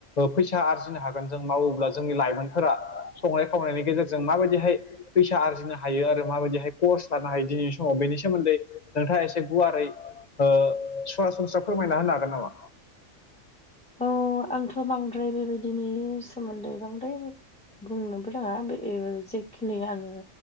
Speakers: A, on the left; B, in the centre.
A: फैसा आरजिनो हागौ जों मावोब्ला जोंनि लाइमोनफोरा संनाय खावनायनि गेजेरजों माबायदिहाय फैसा आरजिनो हायो आरो माबायदिहाय कर्स लानो हायो दिनैनि समाव बेनि सोमोन्दै नोंथाङा एसे गुवारै ओ सरासनस्रा फोरमायना होनो हागोन नामा?
B: औ आंथ' बांद्राय बेबायदिनि सोमोन्दै बांद्राय बुंनोबो रोङा बे जेखिनि आङो